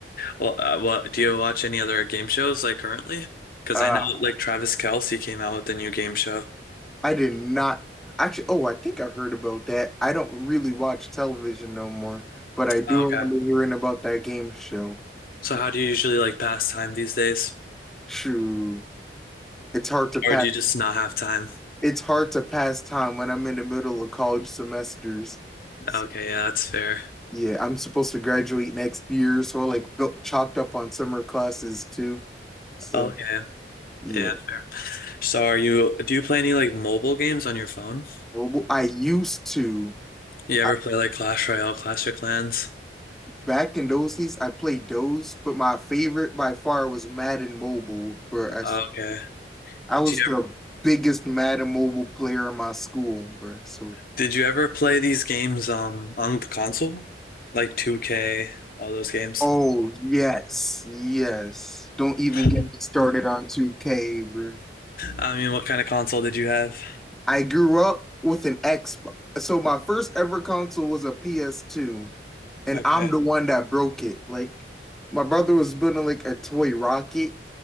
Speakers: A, on the left; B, in the centre.
A: Well, uh, what do you watch any other game shows like currently? Because
B: Uh,
A: I know like Travis Kelce came out with a new game show.
B: I did not actually. Oh, I think I heard about that. I don't really watch television no more, but I do
A: Oh,
B: remember
A: Okay.
B: hearing about that game show.
A: So how do you usually like pass time these days?
B: Shoo, it's hard to pass.
A: Or do you just not have time?
B: It's hard to pass time when I'm in the middle of college semesters. So,
A: Okay, yeah, that's fair.
B: yeah, I'm supposed to graduate next year, so I like built, chalked up on summer classes too. So.
A: Okay,
B: Yeah.
A: yeah, fair. So are you, do you play any like mobile games on your phone?
B: Mobile. I used to.
A: You
B: I,
A: ever play like Clash Royale, Clash of Clans?
B: back in those days, I played those, but my favorite by far was Madden Mobile, bro. I, s-
A: Okay.
B: I was
A: Do you
B: the
A: ever,
B: biggest Madden Mobile player in my school, bro. So,
A: did you ever play these games um on the console? Like 2K, all those games?
B: oh yes, yes. Don't even
A: <laughs>
B: get me started on 2K, bro.
A: I mean, what kind of console did you have?
B: I grew up with an Xbox. So my first ever console was a PS2, and
A: Okay.
B: I'm the one that broke it. Like my brother was building like a toy rocket,